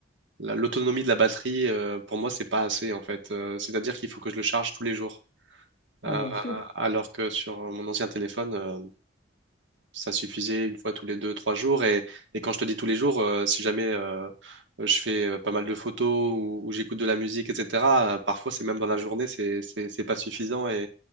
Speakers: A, on the right; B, on the left.
A: la- l'autonomie de la batterie, euh, pour moi, c'est pas assez en fait. Euh, c'est-à-dire qu'il faut que je le charge tous les jours, Euh,
B: Ah, bien sûr.
A: alors que sur mon ancien téléphone, euh, ça suffisait une fois tous les deux, trois jours. Et, et quand je te dis tous les jours, euh, si jamais euh, euh, je fais euh, pas mal de photos ou, ou j'écoute de la musique, etc., euh, parfois c'est même dans la journée, c'est, c'est, c'est pas suffisant. Et,